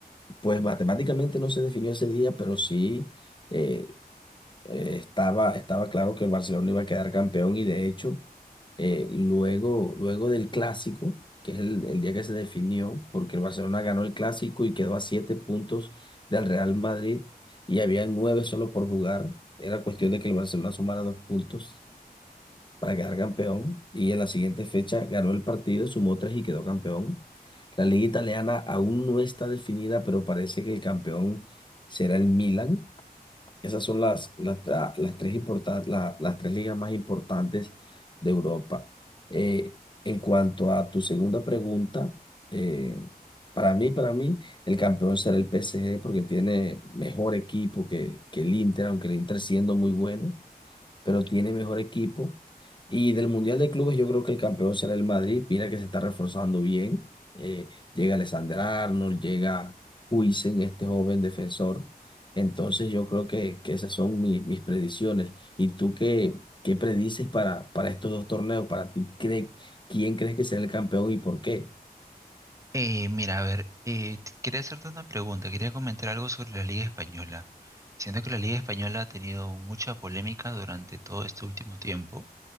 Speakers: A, on the left; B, on the right.
A: Pues matemáticamente no se definió ese día, pero sí eh, eh, estaba, estaba claro que el Barcelona iba a quedar campeón y de hecho, eh, luego, luego del clásico, que es el, el día que se definió, porque el Barcelona ganó el clásico y quedó a siete puntos del Real Madrid y había nueve solo por jugar, era cuestión de que el Barcelona sumara dos puntos para quedar campeón y en la siguiente fecha ganó el partido, sumó tres y quedó campeón. La liga italiana aún no está definida, pero parece que el campeón será el Milan. Esas son las, las, tra- las tres importa- la- las tres ligas más importantes de Europa. Eh, en cuanto a tu segunda pregunta, eh, para mí, para mí, el campeón será el PSG porque tiene mejor equipo que, que el Inter, aunque el Inter siendo muy bueno pero tiene mejor equipo. Y del Mundial de Clubes yo creo que el campeón será el Madrid. Mira que se está reforzando bien. Eh, llega Alexander Arnold, llega Huijsen, este joven defensor. Entonces yo creo que, que esas son mi- mis predicciones. ¿Y tú qué, qué predices para, para estos dos torneos? Para ti, cree ¿quién crees que será el campeón y por qué?
B: Eh, mira, a ver, eh, t- quería hacerte una pregunta, quería comentar algo sobre la Liga Española. Siento que la Liga Española ha tenido mucha polémica durante todo este último tiempo